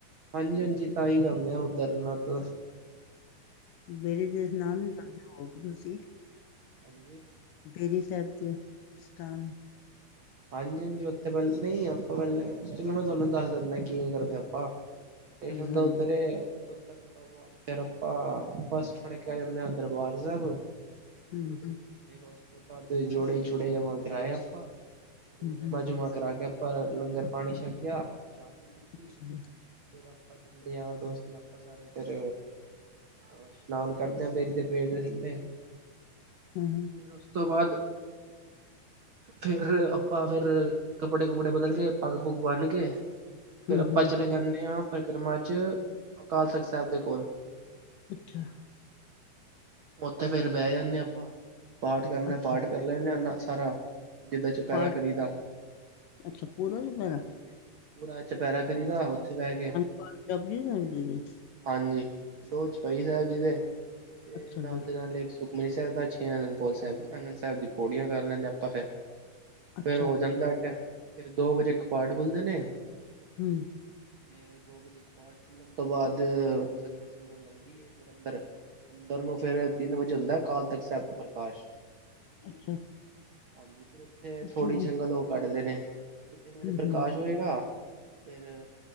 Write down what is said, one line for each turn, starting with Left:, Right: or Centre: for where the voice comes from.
Right: ਹਾਂਜੀ-ਹਾਂਜੀ ਤਾਂ ਹੀ ਜਾਂਦੇ ਆ ਉੱਧਰ ਨਾਤ
Left: ਬੇਰੀ ਤੇ ਇਸ਼ਨਾਨ ਵੀ ਕਰਦੇ ਹੋਗੇ ਤੁਸੀਂ
Right: ਹਾਂਜੀ।
Left: ਬੇਰੀ ਸਾਹਿਬ ਜੇ ਸਤਾਨ
Right: ਹਾਂਜੀ-ਹਾਂਜੀ ਉੱਥੇ ਪਹਿਲੇ ਨਹੀਂ ਆਪਾਂ ਪਹਿਲਾਂ ਇਸ ਤੋਂ ਮੈਂ ਤੁਹਾਨੂੰ ਦੱਸ ਦਿੰਦਾ ਕਿਵੇਂ ਕਰਦੇ ਆਪਾਂ ਸਟੇਸ਼ਨ
Left: ਹਾਂਜੀ
Right: ਤੋਂ
Left: ਹਾਂਜੀ
Right: ਉਤਰੇ ਉਤਰਨ ਤੋਂ ਬਾਅਦ ਫੇਰ ਆਪਾਂ ਬੱਸ ਫੜਕੇ ਜਾਂਦੇ ਆ ਦਰਬਾਰ ਸਾਹਿਬ
Left: ਹੂੰ
Right: ਫੇਰ ਉਸ ਤੋਂ ਬਾਅਦ ਜੋੜੇ-ਜੋੜੇ ਜਮਾਂ ਕਰਾਏ ਆਪਾਂ
Left: ਹੂੰ
Right: ਜਮਾ
Left: ਹੂੰ
Right: ਜੁਮਾ
Left: ਹੂੰ।
Right: ਕਰਾ ਕੇ ਆਪਾਂ ਲੰਗਰ ਪਾਣੀ ਛਕਿਆ ਚਾਹ
Left: ਅੱਛਾ
Right: ਚੂ ਪੀਤੀ ਫਿਰ ਆਪਾਂ ਜਿੰਨੇ ਯਾਰ ਦੋਸਤ ਨੇ ਆਪਾਂ ਸਾਰੇ ਫਿਰ। ਹਾ ਇਸ਼ਨਾਨ ਕਰਦੇਆਂ ਬੇਰੀ ਦੇ ਪੇਡ ਦੇ ਥੱਲੇ
Left: ਹੂੰ
Right: ਫਿਰ ਉਸ ਤੋਂ ਬਾਅਦ ਫਿਰ ਫੇਰ ਕੱਪੜੇ ਕੁਪੜੇ ਬਦਲ ਕੇ ਪੱਗ ਪੁਗ ਬਾਂਨ ਕੇ
Left: ਹੂੰ
Right: ਫਿਰ ਆਪਾਂ
Left: ਹੂੰ
Right: ਚਲੇ ਜਾਂਦੇ ਹਾਂ ਪਰਿਕਰਮਾ ਚ ਅਕਾਲ ਤਖ਼ਤ ਸਾਹਿਬ ਦੇ ਕੋਲ
Left: ਅੱਛਾ
Right: ਉੱਥੇ ਫੇਰ ਬਹਿ ਜਾਂਦੇ ਹਾਂ ਆਪਾਂ ਪਾਠ ਕਰਨਾ
Left: ਅੱਛਾ
Right: ਪਾਠ ਕਰ ਲੈਂਦੇ ਹਾਂਨਾ ਸਾਰਾ ਜਿੱਦਾਂ ਚੁਪਹਿਰਾ
Left: ਪਾਠ
Right: ਕਰੀ ਦਾ
Left: ਅੱਛਾ ਪੂਰਾ ਲਿਖਣਾ
Right: ਹਾਂਜੀ, ਪੂਰਾ ਚੁਪਹਿਰਾ ਕਰੀਦਾ ਉੱਥੇ ਬਹਿ ਕੇ
Left: ਪਾਠ ਜਪਜੀ ਸਾਹਿਬ ਜੀ ਦੇ
Right: ਹਾਂਜੀ ਦੋ ਚੌਪਈ ਸਾਹਿਬ ਜੀ ਦੇ ਤੇ
Left: ਅੱਛਾ
Right: ਨਾਲ
Left: ਜੀ
Right: ਦੀ ਨਾਲ ਇੱਕ ਮਨੀ ਸਾਹਿਬ ਦਾ ਛੇ ਆਨੰਦਪੁਰ ਸਾਹਿਬ ਆਨੰਦ ਸਾਹਿਬ ਦੀ ਪੌੜੀਆਂ ਕਰ ਲੈਂਣੇ ਆਪਾਂ ਫਿਰ
Left: ਅੱਛਾ
Right: ਫੇਰ ਹੋ ਜਾਂਦਾ ਫਿਰ ਦੋ ਵਜੇ ਕਪਾਟ ਖੁੱਲਦੇ ਨੇ
Left: ਹੂੰ
Right: ਫਿਰ ਦੋ ਵਜੇ ਕ ਪਾਠ ਖੁੱਲਣ ਤੋਂ ਬਾਅਦ ਸੰੰਗਤ ਸੁੰਗਤ ਲੰਘਦੀ ਹੈ ਫੇਰ ਅੰਦਰ-ਅੰਦਰ ਨੂੰ ਫੇਰ ਤਿੰਨ ਵਜੇ ਹੁੰਦਾ ਅਕਾਲ ਤਖ਼ਤ ਸਾਹਿਬ ਦਾ ਪ੍ਰਕਾਸ਼
Left: ਅੱਛਾ
Right: ਹਾਂਜੀ ਫਿਰ ਉੱਥੇ
Left: ਅੱਛਾ
Right: ਥੋੜ੍ਹੀ
Left: ਜੀ
Right: ਜੰਗਾ ਉਹ ਕੱਢਦੇ ਨੇ ਤਿੰਨ ਵਜੇ
Left: ਹੂੰ
Right: ਪ੍ਰਕਾਸ਼
Left: ਹੂੰ
Right: ਹੋਏਗਾ ਫਿਰ।